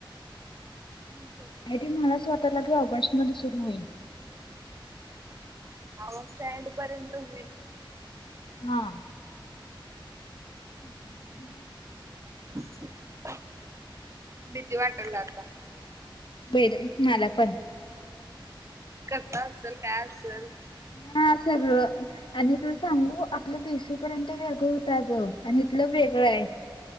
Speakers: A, on the right; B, on the left.
A: <inaudible>
B: ह्या ती मला स्वतःला की ऑगस्ट मध्ये सुरू होईल.
A: आव स्टँड पर्यंत होईल.
B: हा. <inaudible>
A: <inaudible> भीती वाटालय आता.
B: बेरे मला पण.
A: कसा असल काय असल.
B: हा सगळं. आणि तुला सांगू आपलं बी सी ए पर्यंत वेगळं होत आग आणि इथलं वेगळं आय.